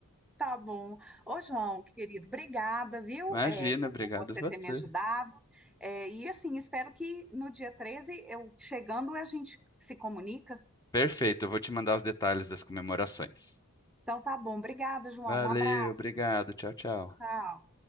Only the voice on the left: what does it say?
Imagina,
obrigado
você.
Perfeito, eu vou te mandar os detalhes das comemorações.
Valeu,
obrigado, tchau, tchau.